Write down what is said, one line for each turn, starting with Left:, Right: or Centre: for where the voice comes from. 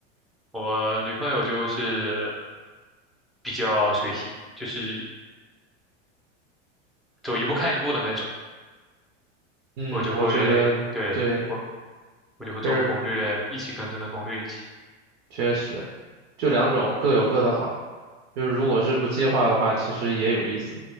Centre: 我女朋友就是比较随性，就是走一步看一步的那种，
Right: 嗯，
Centre: 我就会，
Right: 我觉得对。
Centre: 对，我我就会做个攻略，
Right: 就是
Centre: 一起跟着那攻略一起。
Right: 确实，就两种各有各的好。就是如果是不计划的话，其实也有意思；